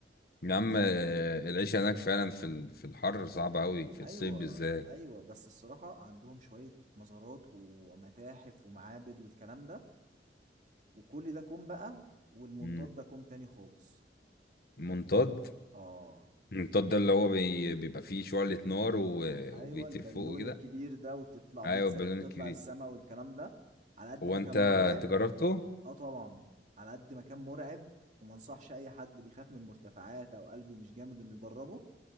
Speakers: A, on the left; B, on the right.
A: يا عم
B: بس-
A: آه، العيش هناك فعلا في ال- في الحر صعبة قوي في
B: ايوه
A: الصيف بالذات
B: ايوه بس الصراحه عندهم شويه مزارات ومتاحف ومعابد والكلام ده وكل ده كوم بقى والمنطاد
A: مم.
B: ده كوم تاني خالص
A: منطاد
B: اه
A: المنطاد ده اللي هو بي- بيبقى فيه شعلة نار و-
B: ايوه
A: وبيطير
B: البالون
A: فوق وكده
B: الكبير ده وتطلع
A: ايوه
B: بيه تسافر
A: البالون
B: تطلع
A: الكبير
B: السما والكلام ده على قد
A: هو
B: ما
A: انت
B: كان مرعب
A: انت جربته
B: اه طبعا على قد ما كان مرعب وما انصحش اي حد بيخاف من المرتفعات او قلبه مش جامد انه يجربه